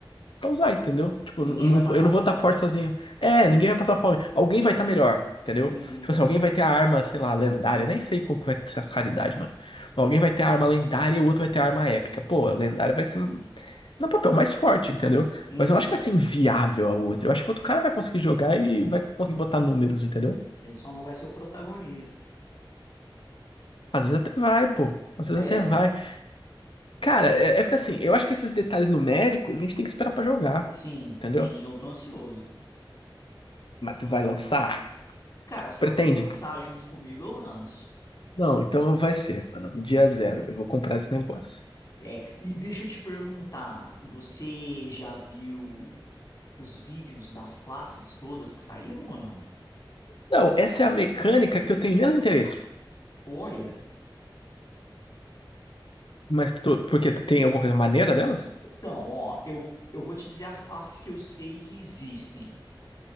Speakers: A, on the left; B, on the left.
A: pra usar, entendeu? Tipo,
B: Ninguém
A: não-
B: vai passar
A: eu não
B: fome.
A: vou estar forte sozinho. É, ninguém vai passar fome. Alguém vai estar melhor, entendeu?
B: Uhum.
A: Tipo assim, alguém vai ter a arma, sei lá, lendária. Nem sei qual que vai ser as raridades, mano. Mas alguém vai ter a arma lendária e o outro vai ter a arma épica. Pô, a lendária vai ser hum, no papel mais forte, entendeu?
B: Uhum.
A: Mas eu não acho que vai ser inviável a outra. Eu acho que outro cara vai conseguir jogar e vai conseguir botar números, entendeu?
B: Ele só não vai ser o protagonista.
A: Às vezes até vai, pô. Às vezes
B: É.
A: até vai. Cara, é, é porque assim, eu acho que esses detalhes numéricos a gente tem que esperar pra jogar,
B: Sim,
A: entendeu?
B: sim, eu tô ansioso.
A: Mas tu vai lançar?
B: Cara, se
A: Pretende?
B: tu lançar junto comigo, eu lanço.
A: Não, então vai ser, mano. Dia zero. Eu vou comprar esse negócio.
B: É, e deixa eu te perguntar, você já viu os vídeos das classes todas que saíram ou não?
A: Não, essa é a mecânica que eu tenho menos interesse.
B: Olha,
A: Mas tu, por quê? Tu tem alguma coisa maneira delas?
B: então, ó, eu, eu vou te dizer as classes que eu sei que existem.